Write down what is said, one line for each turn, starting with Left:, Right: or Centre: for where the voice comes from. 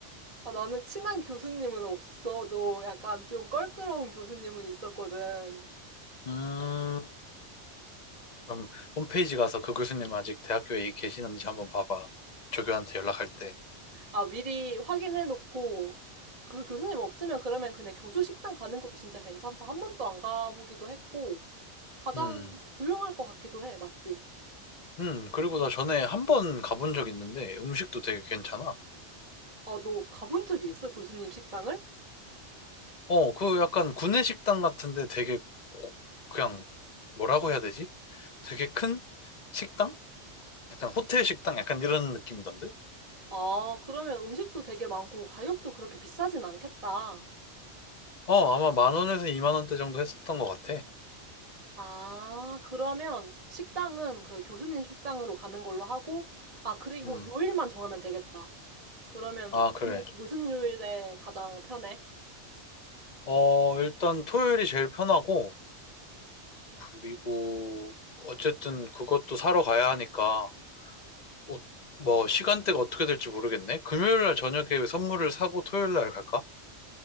Right: 아, 나는 친한 교수님은 없어도 약간 좀 껄끄러운 교수님은 있었거든.
Left: 음, 그럼 홈페이지 가서 그 교수님 아직 대학교에 계시는지 한번 봐봐. 조교한테 연락할 때.
Right: 아, 미리 확인해놓고 그 교수님 없으면 그러면 그냥 교수 식당 가는 것도 진짜 괜찮다. 한 번도 안 가보기도 했고 가장
Left: 음,
Right: 조용할 것 같기도 해. 맞지?
Left: 음, 그리고 나 전에 한번 가본 적 있는데, 음식도 되게 괜찮아.
Right: 아, 너 가본 적이 있어? 교수님 식당을?
Left: 어, 그 약간 구내식당 같은데 되게 고- 그냥 뭐라고 해야 되지? 되게 큰 식당? 약간 호텔 식당? 약간 이런 느낌이던데?
Right: 아, 그러면 음식도 되게 많고 가격도 그렇게 비싸진 않겠다.
Left: 어, 아마 만 원에서 이만 원대 정도 했었던 것 같아.
Right: 아, 그러면 시- 식당은 그 교수님 식당으로 가는 걸로 하고, 아, 그리고
Left: 음,
Right: 요일만 정하면 되겠다. 그러면
Left: 아, 그래.
Right: 너는 무슨 요일에 가장 편해?
Left: 어, 일단 토요일이 제일 편하고, 그리고 어쨌든 그것도 사러 가야 하니까, 또 뭐 시간대가 어떻게 될지 모르겠네. 금요일 날 저녁에 선물을 사고 토요일 날 갈까?